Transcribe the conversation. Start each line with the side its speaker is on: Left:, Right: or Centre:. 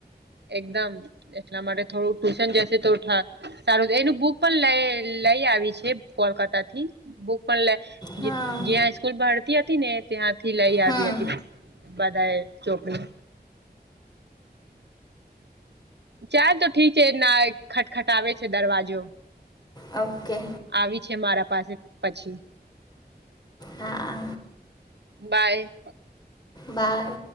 Right: એકદમ એટલા માટે થોડું ટ્યુશન જશે તો સારું એનું બુક પણ લઈ લઈ આવી છે કોલકાતા થી બુક પણ લ
Left: હા
Right: જ્યાં સ્કૂલ ભળતી હતી ને ત્યાંથી લઈ આવી
Left: હમ
Right: હતી બધાએ ચોપડી ચાલ તો ઠીક છે એ ના ખટખટાવે છે દરવાજો
Left: ઓકે
Right: આવી છે મારા પાસે પછી
Left: હા
Right: બાય.
Left: બાય.